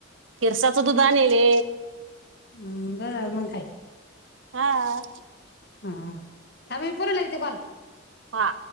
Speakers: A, on the right; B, on the left.
A: खिरसाच
B: मग
A: दुध आनिले
B: हम्म, बरं झालं मग काय
A: हा
B: <inaudible> हा थाम पूर लाग त कॉल
A: हा